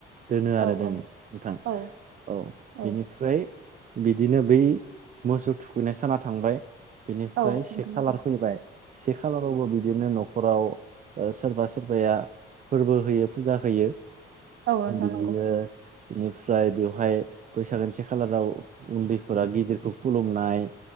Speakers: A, on the right; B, on the right.
A: दोनो आरो
B: औ
A: दों नोंथां
B: औ
A: औ
B: औ
A: बेनिफ्राय बिदिनो बै मोसौ थुखैनाय साना थांबाय बिनिफ्राय
B: औ नोंथां
A: से खालार
B: नंगौ
A: फैबाय से खालारावबो बिदिनो न'खराव सोरबा सोर बाया फोरबो होयो फुजा होयो
B: औ नोंथां
A: बिनिनो
B: नंगौ
A: बेनिफ्राय बेवहाय बैसागोनि से खालाराव उन्दैफोरा गिदिरखौ खुलुमनाय